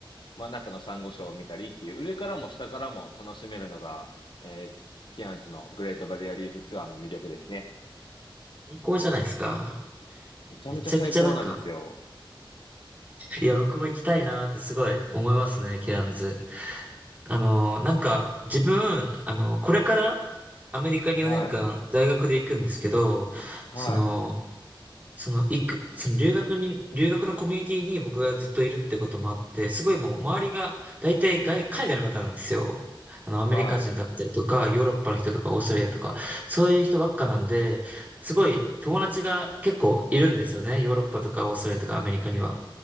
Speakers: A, on the left; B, on the right.
A: 真ん中のサンゴ礁を見たりっていう、上からも下からも楽しめるのが、えーケアンズのグレートバリアリーフツアーの魅力ですね。
B: 最高じゃないですか。
A: めちゃめちゃ最高なんですよ。
B: めちゃくちゃなんか、いや、僕も行きたいなーってすごい思いますね、ケアンズ。あのーなんか、自分、あのーこれからアメリカに4年間大学で行くんですけど、
A: はい、はい、
B: その、その、行く、その留学に、留学のコミュニティに僕がずっといるってこともあって、すごいもう周りが大体外、海外の方なんですよ。あの、アメリカ人だったりとか、
A: はい、
B: ヨーロッパの人とか、オーストラリアとか、そういう人ばっかなんで、すごい友達が結構いるんですよね。ヨーロッパとかオーストラリアとかアメリカには。